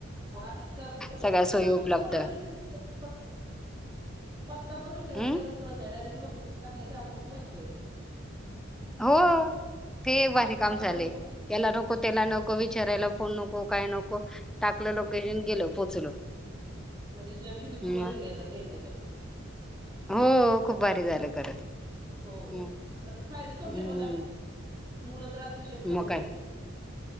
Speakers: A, on the right; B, in the centre.
A: आजकाल कुठ
B: सगळ्या सोयी
A: त
B: उपलब्ध
A: कोनाला <unintelligible> आ पत्ता पण विचारयची
B: हम्
A: गरज पडत नाही डायरेक्ट लोकशन टाकलं की आपण पोचतोय
B: हो ते एक भारी काम झाले
A: पण विचार
B: याला नको त्याला
A: हो
B: नको विचारायला कोण नको काय नको टाकलं लोकेशन गेलो पोचलो
A: म्हणजे जग किती
B: हम्म.
A: पुढे गेले टेक्निकल
B: हो खूप भारी झालं खरंच
A: हो
B: हम्म
A: त फायदे तोटे
B: हम्म.
A: पण झाले मुलं तर रात्रीचे फोन
B: मग
A: वगैरे
B: काय
A: ब